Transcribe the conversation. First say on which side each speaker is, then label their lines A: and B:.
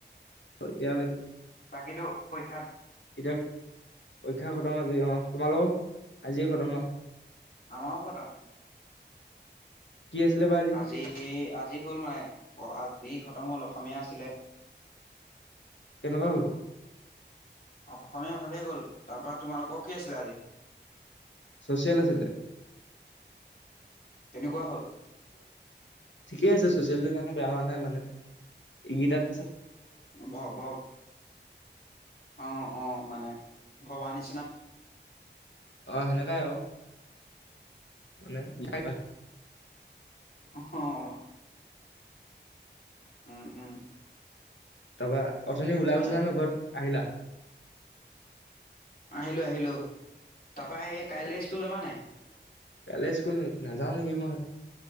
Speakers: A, on the left; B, on the left.
A: হয় এতিয়া লৈ
B: বাকীতো পৰী
A: এতিয়া পৰীক্ষা খতম আজি অ তোমালোকৰ আজিয়ে খতম ন
B: আমাও খতম
A: কি আছিলে বা
B: আজি আজি হ'ল মানে আজি খত খতম হ'ল অসমীয়া আছিলে
A: কেনেকুৱা হ'ল
B: অসমীয়া ভালেই গ'ল তাপা তোমালোকৰ কি আছিলে আজি
A: ছ'চিয়েল আছিলে
B: কেনেকুৱা হল
A: ঠিকেই আছে চচিয়েল টো ইমানো বেয়া হোৱা নাই মানে ইগিটাত
B: ভ ভ অ অ মানে ভবা নি
A: অ সেনেকাই আও মানে <unintelligible>
B: অহ উম, উম।
A: তাৰপা, অথনি ওলাই গৈছিলা
B: এ
A: নহয়, ঘৰত আহিলা?
B: আহিলোঁ, আহিলোঁ। তাপা এই কাইলে
A: অ',
B: স্কুল যাবা নাই?
A: কাইলে ইস্কুল নাযাওঁ নেকি মই,